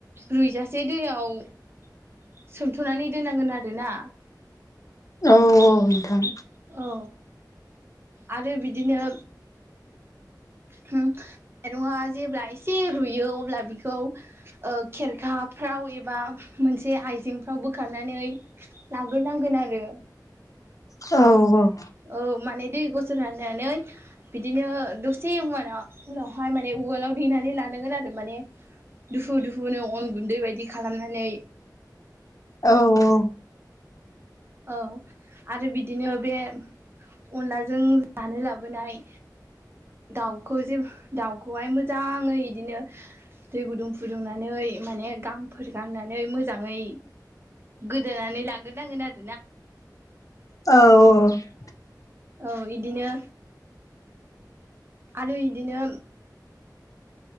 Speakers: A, on the right; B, on the left.
A: रुइजासे दैयाव। सोथुनानै दोननांगोन आरोना।
B: औ औ नोंथां।
A: औ आरो बिदिनो। होम माइरंआ जेब्ला एसे रुयो अब्ला बेखौ। ओ खेरखाफ्राव एबा मोनसे आइजेंफ्राव बोखारनानै। लाग्रो नांगोन आरो
B: औ औ
A: औ माने दैु गुसु रानानै, बिदिनो दसे मुवाना उनावहाय माने उवालाव दैेनानै लानांगोन आरो माने, दुफु दुफुनो अन गुन्दै बायदि खालामनानै।
B: औ औ
A: औ आरो बिदिनो बे अनलाजों जानो लाबोनाय। दाउखौ जे दाउखौहाय मोजाङै इदिनो। दै गुदुं फुदुंनानै माने गांफोर गारनानै मोजाङै। गोदोनानै लांग्रोनांगोन आरो
B: औ औ
A: औ इदिनो। आरो इदिनो